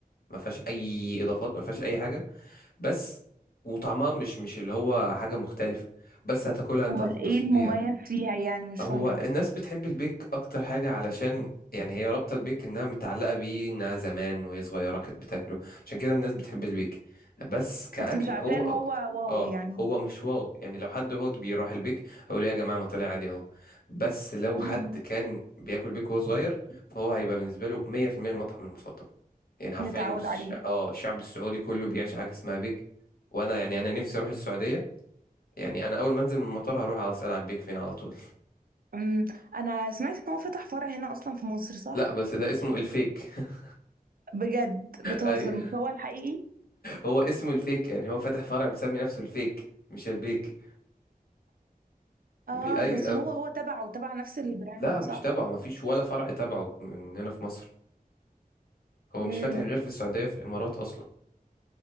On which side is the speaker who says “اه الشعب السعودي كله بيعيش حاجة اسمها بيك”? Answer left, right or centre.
Left